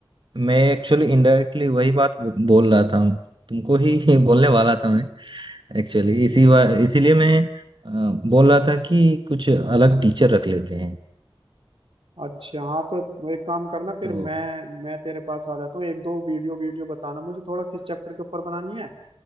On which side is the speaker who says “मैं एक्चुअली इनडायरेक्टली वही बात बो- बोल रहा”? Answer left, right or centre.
Right